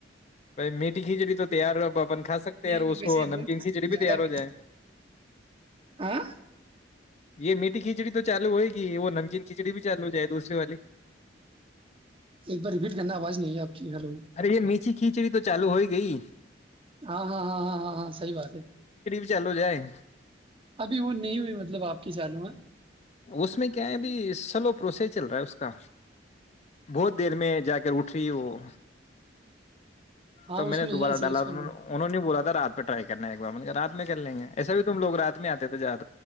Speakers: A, on the left (about 35°); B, on the right (about 30°).
A: بائی میٹھی کھیچڑی تو تیار ہو پپ اپن کھا سکتے ہیں
B: یہ
A: یار اس
B: ویسے
A: کو نمکین
B: بہت
A: کھچڑی بھی
B: زیادہ
A: تیار ہو جائے
B: ہاں
A: یہ میٹھی کھچڑی تو چالو ہوئے گی وہ نمکین کھچڑی بھی چالو ہو جائے دوسری والی
B: ایک بار رپیٹ کرنا آواز نہیں ہے آپ کی ہیلو
A: ارے یہ میچھی کیا کھچڑی تو چالو ہوئی گئی
B: ہاں ہاں ہاں ہاں ہاں ہاں صحیح بات ہے
A: چلو جائے
B: ابھی وہ نہیں ہوئی مطلب آپ کی چالو ہے
A: اس میں کیا ہے اب سلو پروسیس چل رہا ہے اس کا بہت دیر میں جا کر اٹھ رہی وہ
B: ہاں
A: تو میں
B: اس
A: نے
B: ہے
A: دوبارہ
B: صحیح
A: ڈالاوں
B: اس کا
A: انہوں نے بولا تھا رات پہ رائی کرنے مطلب رات میں کر لیں گے ایسا بھی تم لوگات میں آتے <inaudible>